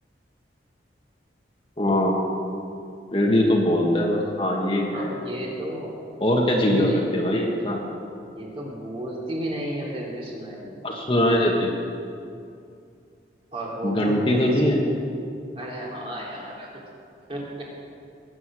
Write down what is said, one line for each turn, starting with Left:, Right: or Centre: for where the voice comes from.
Left: हाँ रेडियो तो बोलता है बस हाँ ये है
Right: हाँ ये तो
Left: और
Right: बोलती
Left: क्या चीज
Right: भी
Left: हो
Right: नहीं
Left: सकती
Right: है
Left: है भाई ऐसा
Right: ये तो बोलती भी नहीं है फिर भी सुनाई देती
Left: और सुनाई देती
Right: और वो
Left: घंटी
Right: खुद नहीं
Left: तो नहीं
Right: सुनती
Left: है
Right: अरे हाँ यार <laughs>